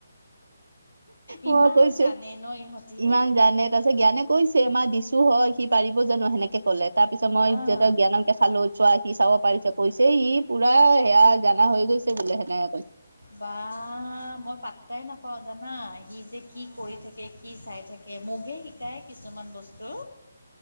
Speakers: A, on the left; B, on the right.
A: ইমান
B: মই কৈছো
A: জানে ন ইহঁতি
B: ইমান জানে তাৰ পিছত জ্ঞানে কৈছে আমাৰ দিছো হয়। সি পাৰিব জানো? সেনেকে ক'লে তাৰ পিছত মই
A: অ
B: যেতিয়া জ্ঞানক দেখালো চোৱা সি চাব পাৰিছে কৈছে ই পুৰা সেয়া জানা হৈ গৈছে বোলে হেনে
A: বা মই পাত্তাই নাপাওঁ জানা। কি যে কি কৰি থাকে কি চাই থাকে। মোকহে শিকায় কিছুমান বস্তু।